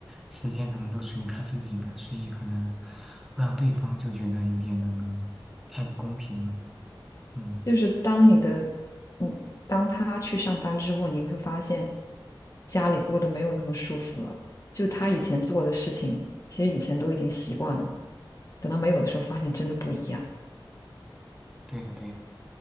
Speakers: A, in the centre; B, on the left.
A: 时间可能都属于他自己的，所以可能会让对方就觉得有点那个太不公平了。嗯，
B: 就是当你的，嗯，当他去上班之后，你会发现家里过得没有那么舒服了。就他以前做的事情，其实以前都已经习惯了，等到没有的时候，发现真的不一样。
A: 对的对的，